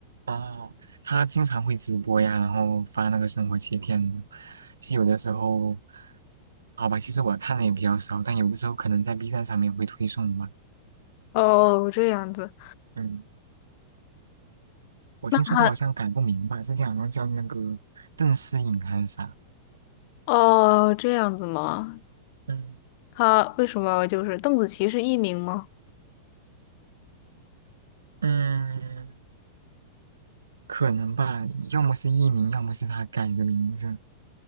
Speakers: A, on the right (about 85°); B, on the left (about 55°).
A: 哦，他经常会直播呀，然后发那个生活切片的。其实有的时候，好吧，其实我看的也比较少，但有的时候可能在 B 站上面会推送吧。
B: 哦，这样子，
A: 嗯，我听说他好像改过名吧，
B: 那她
A: 之前好像叫那个邓诗颖还是啥。
B: 哦，这样子吗？
A: 嗯
B: 她为什么就是邓紫棋是艺名吗？
A: 嗯，可能吧，要么是艺名，要么是他改的名字。